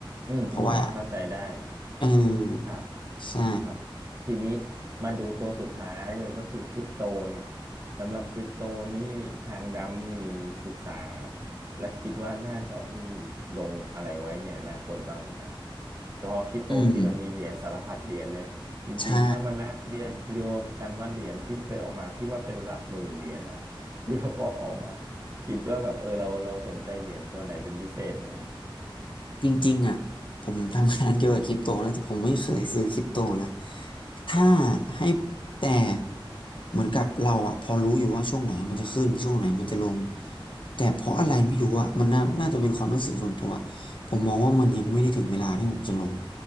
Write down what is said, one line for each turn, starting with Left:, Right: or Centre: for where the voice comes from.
Right: อืมอืมเข้าใจได้
Left: เพราะว่าเออ
Right: ครับ
Left: ใช่
Right: ครับทีนี้มาดูตัวสุดท้ายเลยก็คือคริปโตเนี่ยสำหรับคริปโตนี่ทางดำมีศึกษาและคิดว่าน่าจะมีลงอะไรไว้ในอนาคตบ้างไหมฮะตัวคริปโตจริงๆมันมีเหรียญสารพัดเหรียญเลยจริงๆถ้ามานับเหรียญรวมกันว่าเหรียญที่เคยออกมาพี่ว่าเป็นระดับหมื่นเหรียญแล้ว
Left: อืมใช่
Right: ที่แบบอออกมาคิดว่าแบบเออเราเราสนใจเหรียญตัวไหนเป็นพิเศษไหมฮะ
Left: จริงๆอ่ะผมทำงานเกี่ยวกับคริปโตนะแต่ผมไม่เคยซื้อคริปโตเลย
Right: อืม
Left: ถ้าให้แต่เหมือนกับเราอ่ะพอรู้อยู่ว่าช่วงไหนมันจะขึ้นช่วงไหนมันจะลงแต่เพราะอะไรไม่รู้อ่ะมันน่าน่าจะเป็นความรู้สึกส่วนตัว
Right: อืม
Left: ผมมองว่ามันยังไม่ได้ถึงเวลาที่ผมจะลง